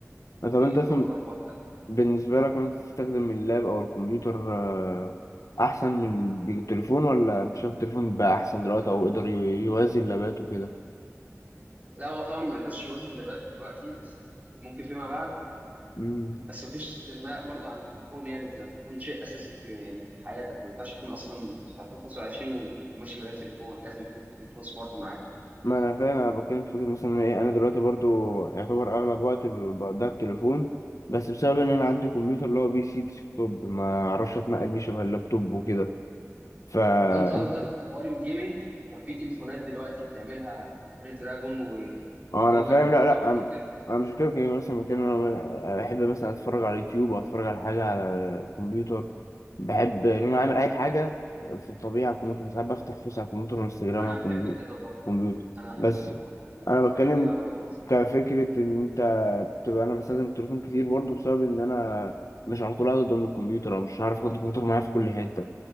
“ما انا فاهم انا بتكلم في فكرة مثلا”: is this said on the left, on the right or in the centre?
Left